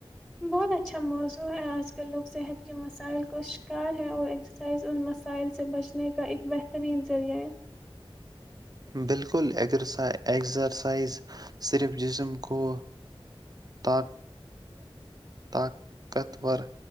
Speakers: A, in the centre; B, on the right (about 40°).
A: بہت اچھا موضوع ہے آج کل لوگ صحت کے مسائل کا شکار ہیں اور ایکسرسائز ان مسائل سے بچنے کا ایک بہترین ذریعہ ہے
B: بالکل ایگزرسائز صرف جسم کو ط طاقتور